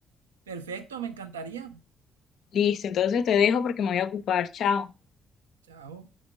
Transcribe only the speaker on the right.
Perfecto, me encantaría.
Chao.